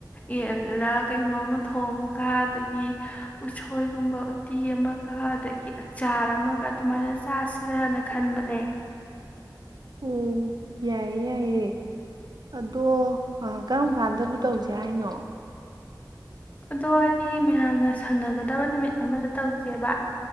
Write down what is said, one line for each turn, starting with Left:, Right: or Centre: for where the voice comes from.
Left: ꯌꯦꯟꯂꯥ ꯀꯩꯅꯣ ꯑꯃ ꯊꯣꯡꯒ ꯑꯗꯒꯤ ꯎꯁꯣꯏꯒꯨꯝꯕ ꯎꯠꯇꯤ ꯑꯃꯒ ꯑꯗꯒꯤ ꯑꯆꯥꯔ ꯑꯃꯒ ꯑꯗꯨꯃꯥꯏꯅ ꯆꯥꯁꯤꯔꯅ ꯈꯟꯕꯅꯦ
Right: ꯑꯣ ꯌꯥꯏꯌꯦ ꯌꯥꯏꯌꯦ ꯑꯗꯣ ꯀꯔꯝ ꯀꯥꯟꯗꯕꯨ ꯇꯧꯁꯦ ꯍꯥꯏꯅꯣ
Left: ꯑꯗꯣ ꯍꯥꯏꯗꯤ ꯃꯌꯥꯝꯅ ꯁꯪꯅꯒꯗꯕ ꯅꯨꯃꯤꯠ ꯑꯃꯗ ꯇꯧꯁꯦꯕ